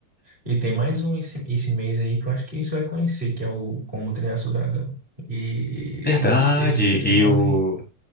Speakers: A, on the right; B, in the centre.
A: E tem mais um esse, esse mês aí que eu acho que você vai conhecer, que é o Como Treinar Seu Dragão. E
B: Verdade.
A: esse aí vai ser legal,
B: E o
A: hein?